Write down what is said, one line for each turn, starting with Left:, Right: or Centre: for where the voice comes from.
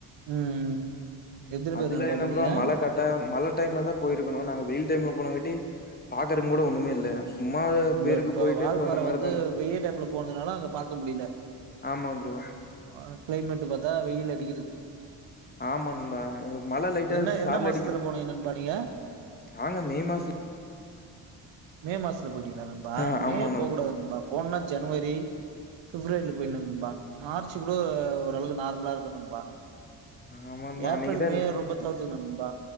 Right: ம் எத்தன
Left: அதுல
Right: பேர் நண்பா
Left: என்ன
Right: போனீங்க
Left: ப்ரோ மழ கர்ட்டா மழை டைம்ல தா போயிருக்கணு நாங்க வெயில் டைம்ல போனங்காட்டி பாக்குறதுங்கு கூட ஒண்ணமே இல்ல சும்மா பேருக்கு
Right: வ இப்ப
Left: போயிட்டு
Right: வால்பாற
Left: அந்த மாரிதா
Right: வந்து வெயில் டைம்ல போனதுனால அங்க பாக்க முடியல
Left: ஆமா ப்ரோ
Right: ஆ கிளைமேட் பாத்தா வெயில் அடிக்குது
Left: ஆமா நன்பா மழ லைட்டா
Right: என்ன
Left: சாரல்
Right: என்ன மாசத்துல
Left: அடிக்கிற
Right: போனீங்க நண்பா நீங்க
Left: நாங்க மே மாசத்
Right: மே மாசத்துல போயிட்டீங்களா நண்பா
Left: ஆ
Right: மே
Left: ஆமா
Right: போகக் கூடாது நண்பா போனுனா ஜனவரி பிப்ரவரியில போய்றனும் நண்பா மார்ச் கூட ஓரளவு நார்மலா இருக்கும் பா
Left: ஆமா நண்பா
Right: ஏப்ரல்
Left: அன்னைக்குதா
Right: மே ரொம்ப தவிர்த்துக்கணு நண்பா